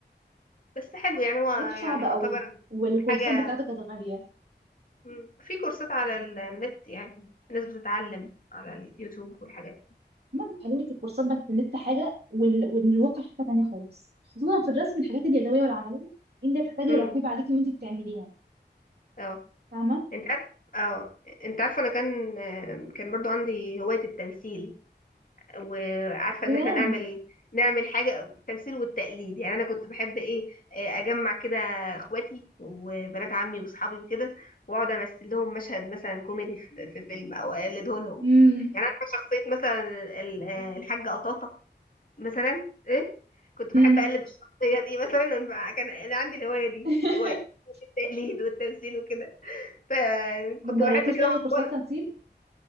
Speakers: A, on the left (about 50°); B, on the right (about 60°).
A: بس حلو يعني هو يعني
B: لقيته صعب
A: يعتبر
B: قوي والكورسات
A: حاجة
B: بتاعته كانت غالية
A: مم. في كورسات على ال- النت يعني الناس بتتعلم على اليوتيوب والحاجات
B: مهما قالوا لك الكورسات بتاعت النت حاجة وال... والواقع حاجة تانية خالص خصوصا في الرسم الحاجات اليدوية والعملية انت بتحتاجي
A: امم
B: رقيب عليكي وانت بتعمليها
A: اه
B: فاهمة
A: انت عارف اه انت عارفة انا كان آه، كان برضو عندي هواية التمثيل وعارفه
B: بجد
A: ان احنا نعمل نعمل حاجه التمثيل والتقليد يعني انا كنت بحب ايه آه، اجمع كده اخواتي وبنات عمي واصحابي وكده واقعد امثل لهم مشهد مثلا كوميدي في في فيلم او اقلده لهم
B: امم
A: يعني عارفه شخصيه مثلا ال- آه، الحاجه قطاطه مثلا ايه كنت بحب
B: أمم.
A: اقلد الشخصيه دي مثلا كان انا عندي الهوايه دي
B: <laughs>
A: هواية التقليد والتمثيل وكده فكنت
B: ما
A: بحب
B: جربتيش
A: كده
B: تاخدي كورسات
A: وأنا-
B: تنسيق